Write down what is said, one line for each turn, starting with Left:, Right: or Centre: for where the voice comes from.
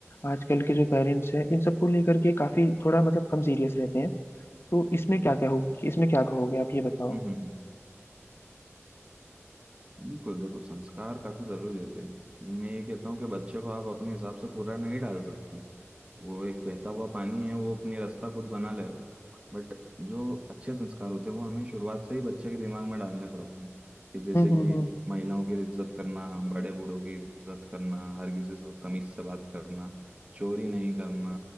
Left: आजकल के जो पेरेंट्स हैं इन सबको लेकर के काफी थोड़ा मतलब कम सीरियस रहते हैं तो इसमें क्या क्या हो इसमें क्या कहोगे आप ये बताओ
Right: हम्म हम्म हम्म बिल्कुल देखो संस्कार काफी जरूरी रहते हैं मैं ये कहता हूँ कि बच्चे को आप अपने हिसाब से पूरा नहीं डाल सकते वो एक बहता हुआ पानी है वो अपनी रास्ता खुद बना लेगा बट जो अच्छे संस्कार होते हैं वो हमें शुरुआत से ही बच्चे के दिमाग में डालने पड़ते हैं कि जैसे
Left: हम्म हम्म
Right: कि
Left: हम्म।
Right: महिलाओं की इज्जत करना बड़े बूढ़ों की इज्जत करना हर किसी से तमीज से बात करना चोरी नहीं करना